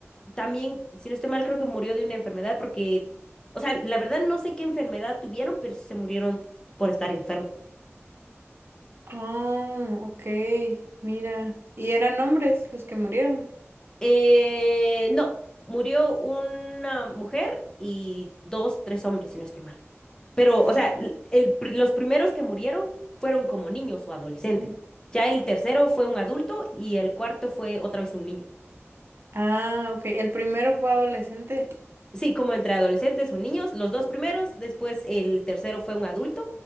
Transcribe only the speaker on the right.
Oh, ok. Mira. Y eran hombres los que murieron.
<laughs>
Ujú.
Ah, ok. El primero fue adolescente.